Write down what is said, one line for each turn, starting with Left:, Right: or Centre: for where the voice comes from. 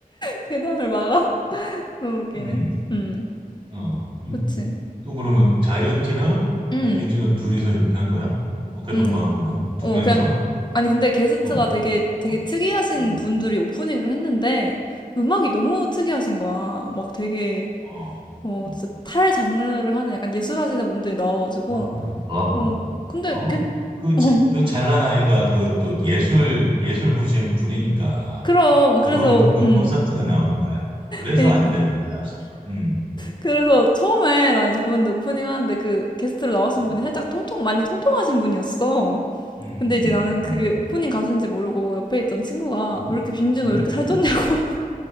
Left: 대담을 막아? <laughs> 너무 웃기네.
Right: 음,
Left: 음.
Right: 어, 음.
Left: 그치.
Right: 또 그러면 자이언티랑
Left: 음.
Right: 뭐 빈지노 둘이서 이렇게 한 거야? 어깨동무하고
Left: 음.
Right: 뭐 두
Left: 어,
Right: 명이서?
Left: 그냥 아니 근데 게스트가
Right: 어,
Left: 되게 되게
Right: 어,
Left: 특이하신
Right: 어,
Left: 분들이 오프닝을 했는데 음악이 너무 특이하신 거야. 막 되게
Right: 어, 어,
Left: 어 진짜 탈 장르를 하는 약간 예술하시는 분들이 나와가지고
Right: 어. 아,
Left: 어 근데
Right: 어?
Left: 괜
Right: 그,
Left: 어,
Right: 지- 그 잘난 아이가 그 또 예술, 예술 부심 부리니까
Left: 그럼
Right: 그런,
Left: 그래서
Right: 그런
Left: 음
Right: 콘서트가 나오는 거야. 그래서
Left: 그러니까
Right: 안 되는 거야. 음.
Left: 그래서 처음에 나 이제 보는데 오프닝 하는데 그 게스트로 나오신
Right: 음,
Left: 분이 살짝 통통 많이 통통하신 분이었어.
Right: 음,
Left: 근데
Right: 음,
Left: 이제 나는
Right: 음,
Left: 그게 오프닝 가수인지 모르고 옆에 있던 친구가
Right: 음,
Left: 왜 이렇게 빈지노
Right: 음,
Left: 왜 이렇게 살쪘냐고
Right: 음.